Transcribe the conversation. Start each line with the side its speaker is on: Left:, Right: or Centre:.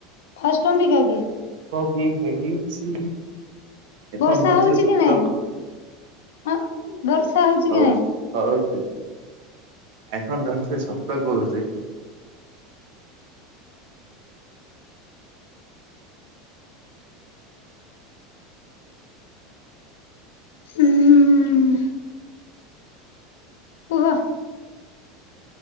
Left: ଫାଷ୍ଟ ଅମ୍ବିକା କି
Right: ଇଏ ହେଇଛି! ଏଥର
Left: ବର୍ଷା
Right: ଧରିଥିଲେ
Left: ହଉଛି
Right: ସପ୍ତକୁ।
Left: କି ନାଇଁ ହଁ ବର୍ଷା
Right: ହଉଛି,
Left: କି ନାଇଁ
Right: ହଉଛି। ଆଇଫୋନ୍ ଧରିଥିଲେ, ସତ କହୁଛି।
Left: ହୁଁ- ଉଁ କୁହ।